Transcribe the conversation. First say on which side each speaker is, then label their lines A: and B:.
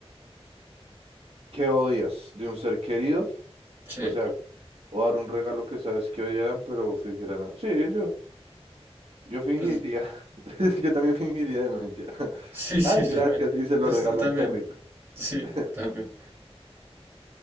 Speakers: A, on the right; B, on the right.
A: ¿Qué odias de un ser querido?
B: Sí,
A: O sea, O dar un regalo que sabes que odiarán, pero fingirán. a- Sí, yo, yo fingiría.
B: pues
A: <laughs> Yo también fingiría demencia. <laughs>
B: sí, <laughs> sí,
A: Ay, gracias.
B: yo me.
A: Y se lo
B: Esto
A: regalo
B: también.
A: al perrito.
B: Sí,
A: <laughs>
B: también.